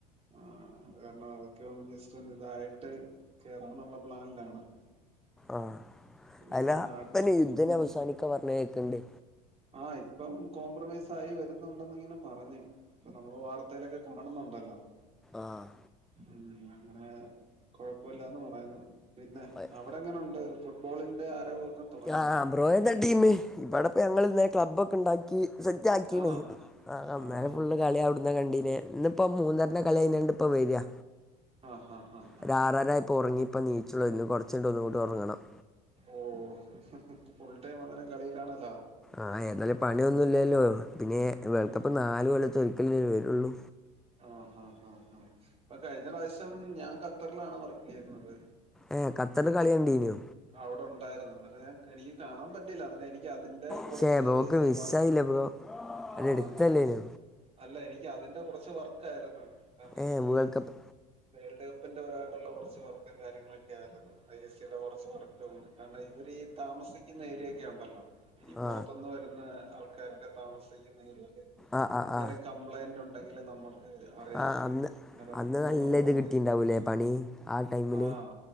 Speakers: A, on the right; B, in the centre.
A: ആഹ് അത് കാരണം അതൊക്കെ ഒന്ന് ജസ്റ്റ് ഒന്ന് ഇതായിട്ട് കേറണെന്നുള്ള പ്ലാനിലാണ്.
B: ആഹ്
A: പിന്നെ
B: അല്ല
A: ഇപ്പ നാട്ടിൽ
B: പ്പന്നി യുദ്ധന്നെ
A: ഉം
B: അവസാനിക്കാ പറഞ്ഞഅ് കേൾക്കണ്ട്.
A: ആഹ് ഇപ്പം കോംപ്രമൈസ് ആയി വരുന്നുണ്ടെന്ന് ഇങ്ങനെ പറഞ്ഞ് അപ്പൊ നമ്മള് വാർത്തയിലൊക്കെ കാണുന്നുണ്ടല്ലോ
B: ആഹ്
A: ഉം അങ്ങനെ കൊഴപ്പല്ലാന്ന് പറയുന്നു പിന്നെ
B: പ-
A: അവിടെങ്ങനുണ്ട് ഫുട്ബോളിന്റെ ആരവൊക്കെ തുടങ്ങിയോ
B: ആഹ് ബ്രോ ഏതാ ടീം ഇവിടെപ്പ ഞങ്ങള് നഇന്ന് ക്ലബ്ബ് ഒക്കെ ഉണ്ടാക്കി കി സെറ്റാകിണ്
A: ആണോ
B: ആഹ് ഇന്നലെ
A: ആഹാ
B: ഫുള്ള് കളി അവ്ട്ന്ന് ന്നാ കണ്ടീനെ ഇന്ന്പ്പോ മൂന്നെര്ന്റെ കളി കഴഞ്ഞാണ്ട് ഇപ്പ വരാ
A: ആഹാ ഹാ ഹാ
B: ഒര് ആറരായപ്പോ ഒറങ്ങി ഇപ്പൊ നീച്ചുവര്ന് കൊറച്ചയ്ണ്ട് ഒന്ന്‌കൂടി ഒറങ്ങണം
A: ഓഹ് ഫുൾ ടൈം അന്നേരം കളിലാണലാ
B: ആഹ എതായാലും പണിയൊന്നുംല്ലല്ലോ പിന്നെ വേൾഡ്കപ്പ്
A: ആഹ്
B: നാല് കൊല്ലത്ത് ഒരിക്കൽല്ലേ വരുള്ളൂ
A: ആഹ ആഹ ആഹ ഇപ്പ കഴിഞ്ഞ പ്രാവശ്യം ഞാൻ ഖത്തർലാണ് വർക്ക് ചെയ്ര്ന്നത്
B: ഏഹ് ഖത്തർൽ കളി കണ്ടീനൊ
A: അവടെ ഉണ്ടായിരുന്നു ഇന്നലെ ഞാൻ എനിക്ക് കാണാൻ പറ്റില്ല ഇന്നലെ എനിക്ക് ക് അതിന്റെ കൊറച്ച്
B: പക്ഷേ ബ്രോക്ക് മിസ്സായില്ല
A: വർക്ക്
B: ബ്രോ
A: ആഹ്
B: അത് എടുത്തല്ലേനു
A: ഓയ് അല്ല എനിക്ക് അതിന്റെ കൊറച്ച് വർക്കയിര്ന്നു കാരണം
B: ഏ
A: ഈ
B: വേൾഡ് കപ്പ്
A: വേൾഡ് കപ്പിന്റെ ഒരായിട്ടുള്ള കൊറച്ച് വർക്കും കാര്യങ്ങളൊക്കെ ആരുന്നു ഐസിയുടെ കൊറച് വർക്കും ആണ്ടെ ഇവര് താമസിക്കുന്ന ഏരിയൊക്കെ ഉണ്ടല്ലോ ഈ
B: ആ
A: പുറത്തൊന്ന് വരുന്ന ആൾക്കാരൊക്കെ താമസിക്കുന്ന എരിയേല്
B: ആ ആ
A: എന്തേലും
B: ആ
A: കംപ്ലൈന്റ് ഉണ്ടെങ്കി ങ്കില് നമ്മക്ക് അറിയിക്കും
B: ആ അന്ന്
A: അന്നേരം
B: അന്ന് നല്ല
A: നമ്മള്
B: ഇത്
A: പോയി
B: കിട്ടിയിട്ടുണ്ടാവൂലേ പണി ആ ടൈമിൽ
A: ആഹ